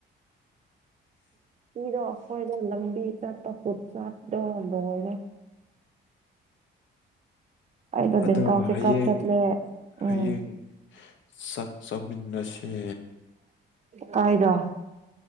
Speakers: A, on the right; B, on the left.
A: ꯄꯤꯗꯣ ꯍꯣꯏꯗꯣ ꯂꯝꯕꯤ ꯆꯠꯄ ꯐꯨꯠ ꯁꯥꯗꯣ ꯂꯣꯏꯔꯦ ꯑꯩꯗꯣ
B: ꯑꯗꯣ
A: ꯗꯦꯟꯇꯦꯜ ꯆꯦꯛꯀꯞ
B: ꯍꯌꯦꯡ
A: ꯆꯠꯂꯦ
B: ꯍꯌꯦꯡ
A: ꯎꯝ
B: ꯆꯥꯛ ꯆꯃꯤꯟꯅꯁꯦ
A: ꯀꯥꯏꯗ